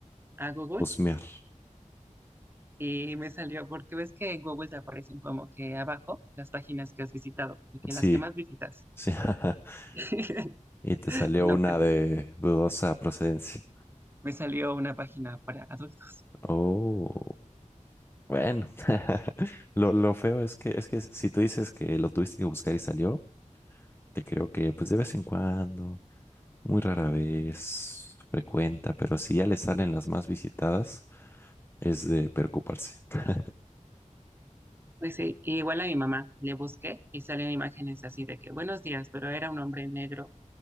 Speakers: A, on the right; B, on the left.
A: a Google
B: husmear.
A: y me salió, porque ves que en Google te aparecen como que abajo las páginas que has visitado y que
B: Sí,
A: las que más visitas.
B: sí, <laughs>
A: <laughs>
B: y te salió
A: Y no
B: una
A: cre-
B: de dudosa procedencia.
A: me salió una página para adultos.
B: Oh, bueno. <laughs> Lo, lo feo es que, es que si tú dices que lo tuviste que buscar y salió, te creo que pues de vez en cuando, muy rara vez, frecuenta, pero si ya le salen las más visitadas, es de preocuparse. <gasps>
A: Pues sí, y igual a mi mamá le busqué y salían imágenes así de que buenos días, pero era un hombre negro